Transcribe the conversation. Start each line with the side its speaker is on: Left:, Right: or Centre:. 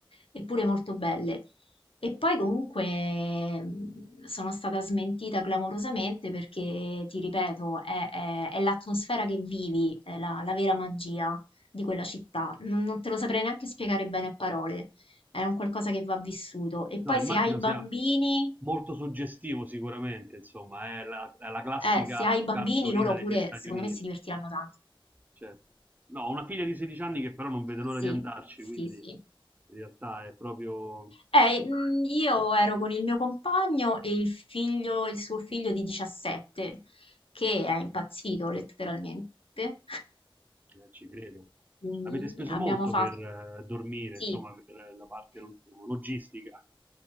Left: eppure molto belle. E poi comunque mh, sono stata smentita clamorosamente perché, ti ripeto, è, è- è l'atmosfera che vivi, è la, la vera magia di quella città. Non non te lo saprei neanche spiegare bene a parole è un qualcosa che va vissuto. E poi
Right: No, immagino
Left: se hai bambini,
Right: sia molto suggestivo sicuramente, insomma, è la, è la classica
Left: eh, se hai bambini,
Right: cartolina
Left: loro
Right: degli
Left: pure,
Right: Stati
Left: secondo
Right: Uniti.
Left: me, si divertiranno tanto.
Right: Certo. No, ho una figlia di 16 anni che però non vede l'ora
Left: Sì,
Right: di andarci,
Left: sì,
Right: quindi
Left: sì.
Right: in realtà è proprio
Left: Eh, mm, io ero con il mio compagno e il figlio, il suo figlio di 17, che è impazzito letteralmente.
Right: Eh, ci credo.
Left: Quindi
Right: Avete speso
Left: abbiamo
Right: molto
Left: fatto,
Right: per eh, dormire,
Left: sì,
Right: insomma, per eh, la parte lo- logistica.